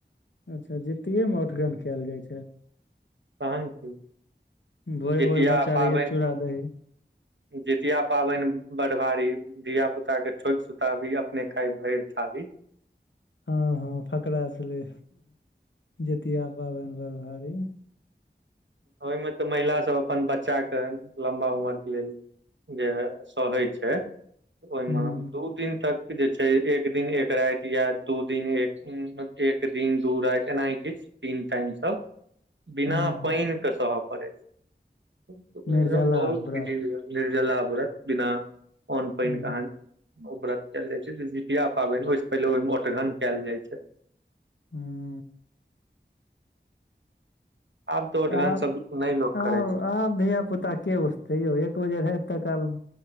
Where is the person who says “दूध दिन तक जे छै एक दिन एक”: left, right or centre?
Right